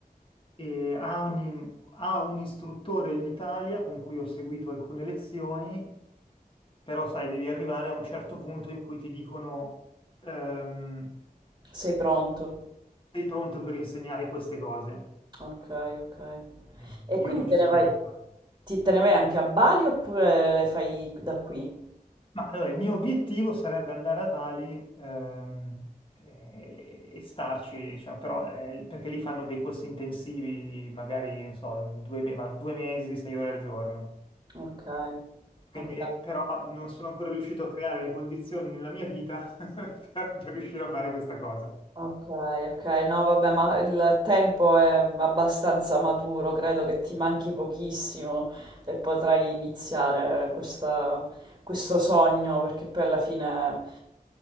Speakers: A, on the left; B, on the right.
A: e ha un, ha un istruttore in Italia con cui ho seguito alcune lezioni, però sai, devi arrivare a un certo punto in cui ti dicono ehm,
B: sei pronto.
A: sei pronto per insegnare queste cose.
B: Ok, ok.
A: Eh,
B: E
A: Io
B: quindi
A: non
B: te
A: ci sono
B: ne vai,
A: ancora arrivato.
B: ti- te ne vai anche a Bali oppure le fai da qui?
A: Ma allora, il mio obiettivo sarebbe andare a Bali ehm, e, e starci, diciamo, però, eh, perché lì fanno dei corsi intensivi, di magari, non so, due, me- van- due mesi, sei ore al giorno.
B: Ok,
A: Quindi,
B: ok,
A: però non sono ancora riuscito a creare le condizioni nella mia vita <laughs> per, per riuscire a fare questa cosa.
B: ok, ok. No, vabbè, ma il tempo è abbastanza maturo, credo che ti manchi pochissimo e potrai iniziare questa questo sogno, perché poi alla fine,